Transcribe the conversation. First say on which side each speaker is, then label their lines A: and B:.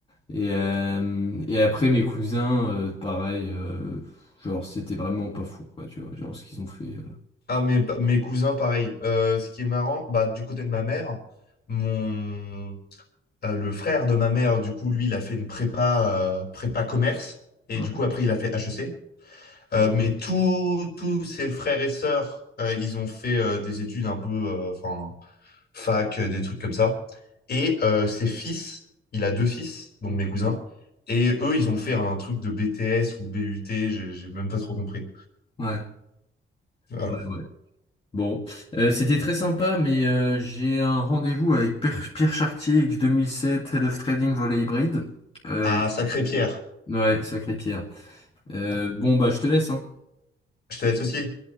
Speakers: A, on the left; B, on the left.
A: Et euh, et après mes cousins, euh, pareil, euh, genre c'était vraiment pas fou quoi tu vois, genre ce qu'ils ont fait. euh,
B: Ah, mes, pa- mes cousins, pareil. Euh, ce qui est marrant, bah, du côté de ma mère, mon, euh, le frère de ma mère, du coup, lui, il a fait une prépa, euh, prépa commerce. Et
A: ouais
B: du coup, après, il a fait HEC. Euh, mais tous tous ses frères et sœurs, euh, ils ont fait euh, des études un peu, euh, enfin, fac, euh, des trucs comme ça. Et euh, ses fils, il a deux fils, donc mes cousins, et eux, ils ont fait un truc de BTS ou BUT, j'ai j'ai même pas trop compris.
A: ouais
B: Voilà.
A: ouais. ouais. Bon, Euh, c'était très sympa, mais euh, j'ai un rendez-vous avec Pierre, Pierre Chartier, x deux mille sept Head of Trading Volet Hybride. Euh,
B: Ah, Sacré-Pierre.
A: ouais, sacré Pierre. Euh,
B: Ah,
A: bon, bah, je te laisse, hein.
B: Je te laisse aussi.